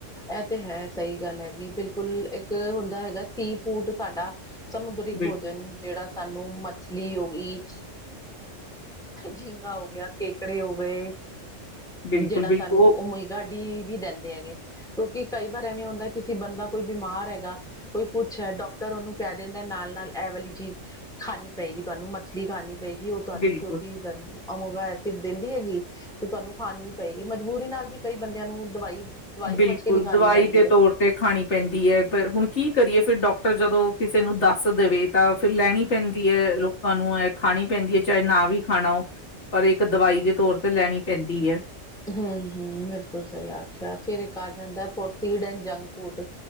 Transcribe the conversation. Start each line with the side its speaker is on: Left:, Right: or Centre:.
Centre: ਇਹ ਤੇ ਹੈ ਸਹੀ ਗੱਲ ਹੈਗੀ। ਬਿਲਕੁਲ। ਇੱਕ ਹੁੰਦਾ ਹੈਗਾ ਸੀ- ਫੂਡ ਸਾਡਾ ਸਮੁੰਦਰੀ
Left: ਬਿਲ
Centre: ਭੋਜਨ ਜੇੜਾ ਸਾਨੂੰ ਮਛਲੀ ਹੋ ਗਈ, ਝੀਗਾਾ ਹੋਗਿਆ, ਕੇਕੜੇ ਹੋ ਗਏ।
Left: ਬਿਲਕੁਲ-ਬਿਲਕੁਲ
Centre: ਜੇੜਾ ਸਾਨੂੰ
Left: ਉਹ
Centre: ਓਮੇਗਾ ਡੀ ਵੀ ਦਿੰਦੇ ਹੈਗੇ। ਕਿਉਂਕਿ ਕਈ ਵਾਰ ਐਵੇਂ ਹੁੰਦਾ ਕਿ ਬੰਦਾ ਕੋਈ ਬਿਮਾਰ ਹੈਗਾ ਕੋਈ ਕੁੱਛ ਹੈ ਡਾਕਟਰ ਉਹਨੂੰ ਕਹਿ ਦੇਂਦਾ ਨਾਲ- ਨਾਲ ਇਹ ਵਾਲੀ ਚੀਜ਼ ਖਾਣੀ ਪਏਗੀ ਤੁਹਾਨੂੰ। ਮੱਛਲੀ ਖਾਣੀ ਪਏਗੀ ਉਹ ਤੁਹਾਨੂੰ
Left: ਬਿਲਕੁਲ।
Centre: ਕਿਉਂਕਿ ਓਮੇਗਾ ਐਸਿਡ ਦੇਂਦੀ ਹੈਗੀ ਤੇ ਤੁਹਾਨੂੰ ਖਾਣੀ ਪਏਗੀ। ਮਜਬੂਰੀ ਨਾਲ ਵੀ ਕਈ ਬੰਦਿਆਂ ਨੂੰ ਦਵਾਈ ਦਵਾਈ ਸਮਝ
Left: ਬਿਲਕੁਲ
Centre: ਕੇ ਵੀ ਖਾਣੀ
Left: ਦਵਾਈ
Centre: ਪੈਂਦੀ
Left: ਦੇ
Centre: ਹੈ
Left: ਤੌਰ ਤੇ ਖਾਣੀ ਪੈਂਦੀ ਐ ਪਰ ਹੁਣ ਕੀ ਕਰੀਏ? ਫਿਰ ਡਾਕਟਰ ਜਦੋਂ ਕਿਸੇ ਨੂੰ ਦੱਸ ਦੇਵੇ ਤਾਂ ਫਿਰ ਲੈਣੀ ਪੈਂਦੀ ਹੈ ਲੋਕਾਂ ਨੂੰ ਇਹ ਖਾਣੀ ਪੈਂਦੀ ਐ। ਚਾਹੇ ਨਾ ਵੀ ਖਾਣਾ ਉਹ ਪਰ ਇੱਕ ਦਵਾਈ ਦੇ ਤੌਰ ਤੇ ਲੈਣੀ ਪੈਂਦੀ ਐ।
Centre: ਹੂੰ, ਹੂੰ। ਬਿਲਕੁਲ ਸਹੀ ਆਖਿਆ ਫਿਰ ਇੱਕ ਆ ਜਾਂਦਾ <unintelligible> ਜੰਕ ਫੂਡ।